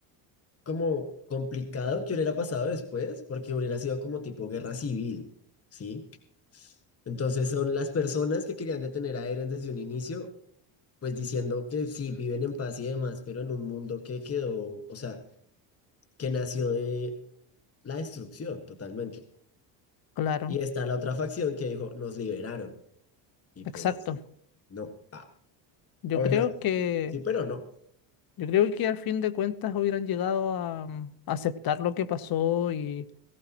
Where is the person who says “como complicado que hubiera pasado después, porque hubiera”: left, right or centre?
Left